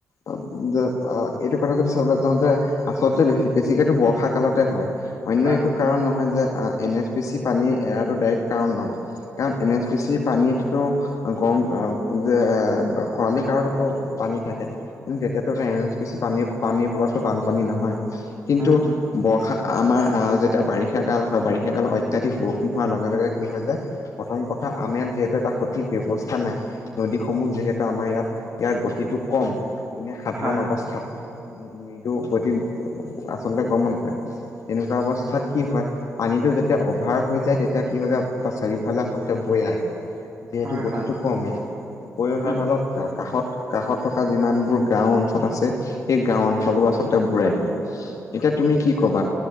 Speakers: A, on the left; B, on the right.
A: অ' যে আ এইটো কথা যদি চাবলৈ যাওঁ যে, আচলতে বেছি-বেছি বেছিকেটো বৰ্ষা কালতে হয়, অন্য
B: হয়, হয়,
A: একো
B: হয়,
A: কাৰণ নহয় যে আ এনে এছ পি চি পানী এৰাটো ডাইৰেক্ট কাৰণ নহয়, কাৰণ এন এছ পি চি পানীটোতো গৰম এ যে, খৰালি কাৰণটো পানী থাকে। কিন্তু তেতিয়াটো এন এছ পি চি পানী, পানীৰ ফলতো বানপানী নহয়, কিন্তু
B: উম, উম,
A: বৰ্ষা আমাৰ আ যেতিয়া বাৰিষা কাল হয়, বাৰিষা কালত অত্যাধিক বৰষুণ হোৱাৰ লগে লগে কি হৈ যায় প্ৰথম কথা আমি ইয়াত যিহেতু এটা সঠিক ব্যৱস্থা নাই নদীসমূহ যিহেতু আমাৰ ইয়াত, ইয়াৰ গতিটো কম গতিকে সাধাৰণ
B: হয়,
A: অৱস্থাত,
B: হয়,
A: মৃদু গতিত আচলতে গমন কৰে। তেনেকুৱা অৱস্থাত কি হয়। পানীটো যেতিয়া অভাৰ হৈ যায় তেতিয়া কি হয় জান', চাৰিওফালে আচলতে বৈ আহে। যিহেতু
B: হয়,
A: গতিটো
B: হয়,
A: কম ইয়াৰ, বৈ অহাৰ
B: উম,
A: ফালত
B: উম,
A: কাষত-কাষত থকা যিমানবোৰ গাঁও অঞ্চল আছে, সেই গাওঁ অঞ্চলবোৰ আচলতে বোৰাই নিয়ে। এতিয়া তুমি কি ক'বা?